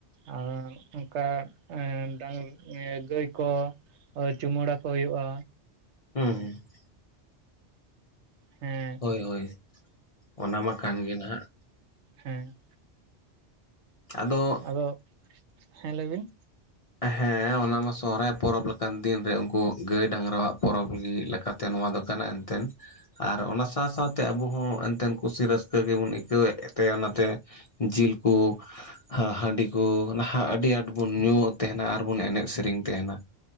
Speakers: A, on the right (about 75°); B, on the left (about 45°).
A: ᱟᱨ ᱚᱱᱠᱟ ᱮᱸ ᱰᱟᱝ ᱜᱟᱹᱭ ᱠᱚ ᱦᱚᱭ ᱪᱩᱢᱟᱹᱲᱟ ᱠᱚ ᱦᱩᱭᱩᱜᱼᱟ᱾
B: ᱩᱸᱦᱩᱸ <unintelligible>
A: ᱦᱮᱸ
B: ᱦᱳᱭ ᱦᱳᱭ ᱚᱱᱟ ᱢᱟ ᱠᱟᱱ ᱜᱮ ᱱᱟᱦᱟᱜ
A: ᱦᱮᱸ
B: ᱟᱫᱚ
A: ᱟᱫᱚ ᱦᱮᱸ ᱞᱟᱹᱭ ᱵᱤᱱ
B: ᱦᱮᱸ ᱚᱱᱟᱢᱟ ᱥᱚᱦᱨᱟᱭ ᱯᱚᱨᱚᱵᱽ ᱞᱮᱠᱟᱱ ᱫᱤᱱ ᱨᱮ ᱩᱱᱠᱩ ᱜᱟᱹᱭ ᱰᱟᱝᱨᱟᱣᱟᱜ ᱯᱚᱨᱚᱵᱽ ᱜᱤ ᱞᱟᱠᱟᱫ ᱛᱮ ᱱᱚᱣᱟ ᱫᱚ ᱠᱟᱱᱟ ᱮᱱᱛᱮᱱ ᱟᱨ ᱚᱱᱟ ᱥᱟᱶ ᱥᱟᱶ ᱛᱮ ᱟᱵᱚ ᱦᱚᱸ ᱮᱱᱛᱮᱱ ᱠᱩᱥᱤ ᱨᱟᱹᱥᱠᱟᱹ ᱜᱮᱵᱚᱱ ᱟᱹᱭᱠᱟᱹᱣᱮᱫ ᱛᱮ ᱚᱱᱟ ᱛᱮ ᱡᱤᱞ ᱠᱚ ᱦᱟ ᱦᱟᱺᱰᱤ ᱠᱚ ᱱᱟᱦᱟᱜ ᱟᱹᱰᱤ ᱟᱸᱴ ᱵᱩᱱ ᱧᱩ ᱛᱮᱦᱮᱱᱟ ᱟᱨ ᱵᱚᱱ ᱮᱱᱮᱡ ᱥᱤᱨᱤᱧ ᱛᱟᱦᱮᱱᱟ᱾